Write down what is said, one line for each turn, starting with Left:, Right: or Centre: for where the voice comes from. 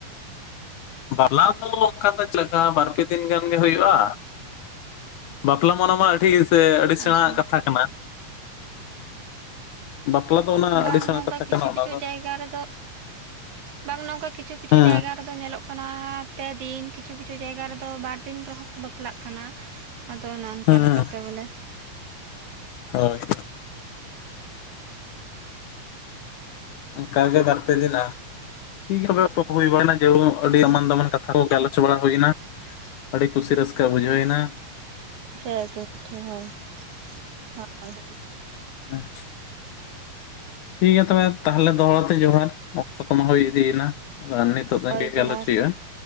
Left: ᱵᱟᱞᱟ ᱫᱚ ᱚᱱᱠᱟ ᱫᱚ ᱪᱮᱜᱠᱟ ᱵᱟᱨᱯᱮ ᱫᱤᱱ ᱜᱟᱱ ᱜᱤ ᱦᱩᱭᱩᱜᱼᱟ ᱵᱟᱯᱞᱟ ᱢᱟᱱᱟ ᱢᱟ ᱟᱹᱰᱤ ᱥᱮ ᱟᱹᱰᱤ ᱥᱮᱬᱟ
Right: ᱟᱪᱪᱷᱟ
Left: ᱦᱟᱜ ᱠᱟᱛᱷᱟ ᱠᱟᱱᱟ ᱵᱟᱯᱞᱟ ᱫᱚ ᱚᱱᱟ
Right: ᱵᱟᱝ
Left: ᱟᱹᱰᱤ ᱥᱮᱬᱟ
Right: ᱱᱚᱝᱠᱟ
Left: ᱠᱟᱛᱷᱟ
Right: ᱠᱤᱪᱷᱩ
Left: ᱠᱟᱱᱟ
Right: ᱠᱤᱪᱷᱩ
Left: ᱚᱱᱟ ᱫᱚ
Right: ᱡᱟᱭᱜᱟ ᱨᱮᱫᱚ ᱵᱟᱝ ᱱᱚᱝᱠᱟ ᱠᱤᱪᱷᱩ ᱠᱤᱪᱷᱩ
Left: ᱦᱮᱸ
Right: ᱡᱟᱭᱜᱟ ᱨᱮᱫᱚ ᱧᱮᱞᱚᱜ ᱠᱟᱱᱟ ᱾ ᱯᱮ ᱫᱤᱱ ᱠᱤᱪᱷᱩ ᱠᱤᱪᱷᱩ ᱡᱟᱭᱜᱟ ᱨᱮᱫᱚ ᱵᱟᱨ ᱫᱤᱱ ᱨᱮᱦᱚᱸ ᱠᱚ ᱵᱟᱯᱞᱟᱜ ᱠᱟᱱᱟ ᱾ ᱟᱫᱚ ᱚᱱ ᱚᱱᱠᱟ
Left: ᱦᱮᱸ
Right: ᱞᱮᱠᱟᱛᱮ ᱵᱚᱞᱮ ᱾
Left: ᱦᱳᱭ ᱦᱳᱭ ᱚᱱᱠᱟ ᱜᱮ ᱵᱟᱨ ᱯᱮ ᱫᱤᱱ ᱟᱜ ᱴᱷᱤᱠ ᱜᱮᱭᱟ ᱚᱯᱮ ᱥᱟᱶ ᱦᱩᱭᱱᱟ ᱡᱮ ᱟᱹᱰᱤ
Right: ᱦᱚᱸᱜᱼᱚᱭ
Left: ᱮᱢᱟᱱ ᱫᱟᱢᱟᱱ ᱠᱟᱛᱷᱟ ᱾ ᱟᱵᱚ ᱜᱟᱞᱚᱪ ᱵᱟᱲᱟ ᱦᱩᱭᱱᱟ ᱾ ᱟᱹᱰᱤ ᱠᱩᱥᱤ ᱨᱟᱹᱥᱠᱟᱹ ᱵᱩᱡᱷᱟᱹᱣ ᱮᱱᱟ ᱾
Right: <inaudible> ᱜᱮ ᱴᱷᱤᱠ ᱦᱳᱭ ᱦᱳᱭ
Left: ᱦᱮᱸ ᱴᱷᱤᱠ ᱜᱮᱭᱟ ᱛᱚᱵᱮ ᱛᱟᱦᱚᱞᱮ ᱫᱚᱦᱲᱟᱛᱮ ᱡᱚᱦᱟᱨ ᱾ ᱚᱠᱛᱚ ᱠᱚᱢᱟ ᱦᱩᱭ ᱤᱫᱤ ᱭᱮᱱᱟ ᱾ ᱟᱫᱚ ᱱᱤᱛᱚᱜ ᱫᱚᱜ
Right: ᱦᱳᱭ
Left: ᱤᱱᱟᱹ ᱜᱮ
Right: ᱡᱚᱦᱟᱨ
Left: ᱜᱟᱞᱚᱪ ᱦᱩᱭᱩᱜᱼᱟ